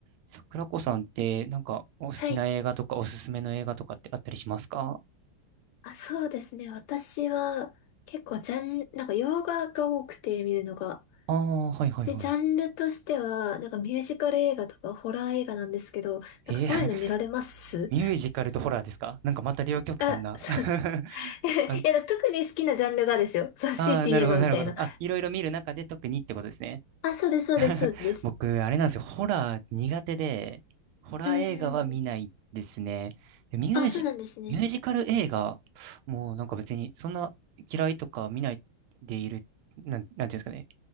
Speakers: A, on the right; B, on the left.
A: 桜子さんって、なんか、お好きな映画とか、
B: はい。
A: おすすめの映画とかってあったりしますか
B: あ、そうですね。私は結構ジャン、なんか洋画が多くて見るのが。
A: ああー、はいはいはい。
B: で、ジャンルとしては、なんかミュージカル映画とかホラー映画なんですけど、
A: えー
B: なんかそういうの見られます
A: <laughs> ミュージカルとホラーですかなんかまた両極端な
B: <laughs> あ、そう。
A: <laughs>
B: <laughs> いや、
A: あの、
B: だから特に好きなジャンルがですよ。そう、強いて言えばみたいな。
A: ああ、なるほど、なるほど。あ、
B: <laughs>
A: いろいろ見る中で特にってことですね。
B: あ、そうです、そうです、
A: <laughs>
B: そうです。
A: 僕、あれなんですよ。ホラー苦手で、ホラー映画は見ないですね。
B: うん。
A: でミュージ、
B: あ、そうなんですね。
A: ミュージカル映画、もうなんか別に、そんな嫌いとか見ないでいる、なん、なんていうんですかね。